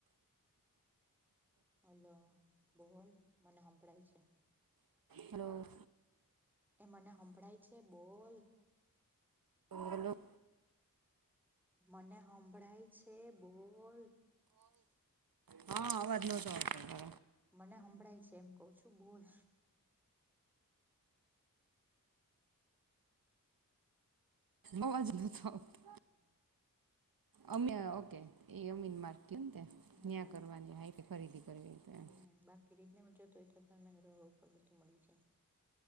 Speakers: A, in the centre; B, on the right (about 85°).
A: હલો બોલ મને હનભળાય છે
B: હલો
A: એ મને સંભળાય છે બોલ
B: હ હલો
A: મને સંભળાય છે બોલ
B: હા અવાજ નતો આવતો તારો
A: મને સંભળાય છે એમ કઉ છું બોલ
B: અવાજ ન તો આવતો અમે ઓકે એ અમીન માર્ગ
A: હમ.
B: ન્યાં કરવાની અહીંથી ખરીદી કરવી તો એમ
A: હ બાકી રિઝનેબલ જોતું તો એ તો તો રોડ પણ બધું મળી જાય